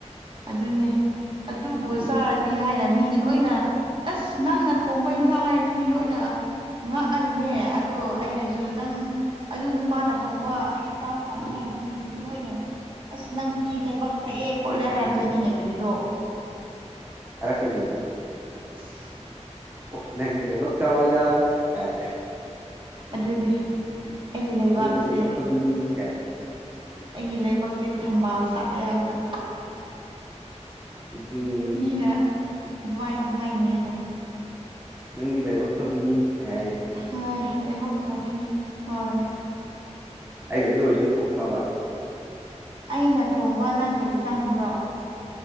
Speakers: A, on the right; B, on the right.
A: ꯑꯗꯨꯅꯦ ꯑꯗꯨꯕꯨ
B: ꯑꯗꯨꯗꯤ
A: ꯆꯥꯔ ꯗꯤ ꯍꯥꯏꯅ ꯃꯤꯅ ꯂꯣꯏꯅ ꯑꯁ ꯅꯪꯅ ꯊꯣꯡꯕ ꯏꯟꯁꯥꯡ ꯍꯥꯏꯔꯗꯤ ꯃꯤ ꯂꯣꯏꯅ ꯉꯛꯏꯅꯦ ꯑꯗꯣ ꯑꯩꯅꯁꯨ ꯅꯪ ꯑꯗꯨ ꯅꯨꯄꯥꯅ ꯊꯣꯡꯕ ꯑꯩ ꯆꯥꯕ ꯐꯪꯉꯦ ꯍꯥꯏꯔꯗꯤ ꯃꯤꯅꯁꯨ ꯂꯣꯏꯅ ꯑꯁ ꯅꯪꯗꯤ ꯂꯩꯥꯏꯕꯛ ꯐꯩꯑꯦ ꯈꯣꯠꯂꯦ ꯍꯥꯏꯔꯛꯇꯣꯏꯅꯤꯅꯦ ꯀꯔꯤꯔꯣ
B: ꯍꯥꯏꯔꯛꯀꯗꯣꯏꯅꯤ
A: ꯑꯁ
B: ꯎꯐ ꯅꯪꯗꯤ ꯂꯥꯏꯕꯛ ꯆꯥꯎꯋꯦꯗ ꯀꯥꯏ
A: ꯑꯗꯨꯅꯤ ꯑꯩꯒꯤ ꯂꯩꯕꯥꯛꯁꯦ
B: ꯅꯪꯒꯤ ꯂꯥꯏꯕꯛ ꯐꯕꯤꯅꯤ ꯀꯥꯏ
A: ꯑꯩꯒꯤ ꯂꯥꯏꯕꯛꯁꯦ ꯊꯝꯕꯥꯜ ꯁꯥꯠꯂꯦ ꯍꯥꯏꯕꯗꯣ
B: ꯑꯗꯨꯅꯦ
A: ꯃꯤꯅ ꯑꯗꯨꯃꯥꯏ ꯌꯥꯝ ꯍꯥꯏꯅꯩꯌꯦꯅ
B: ꯅꯪꯗꯤ ꯂꯥꯏꯕꯛ ꯐꯕꯤꯅꯤ ꯀꯥꯏꯌꯦ
A: ꯍꯣꯏ ꯂꯩꯕꯛ ꯐꯥꯕꯤꯅꯤ ꯍꯣꯏ
B: ꯑꯩꯅ ꯍꯧꯖꯤꯛ ꯑꯣꯏꯔꯤꯁꯤꯅ ꯄꯨꯛ ꯐꯕ
A: ꯑꯩꯅ ꯊꯣꯡꯕ ꯅꯪ ꯀꯔꯤ ꯆꯥꯅꯤꯡꯕ꯭ꯔꯣ